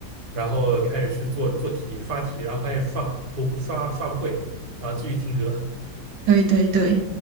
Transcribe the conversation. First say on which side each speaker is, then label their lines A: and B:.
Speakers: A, on the right; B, on the right.
A: 然后开始去做做题、刷题，然后发现刷不刷刷不会，然后继续听歌。
B: 对对对，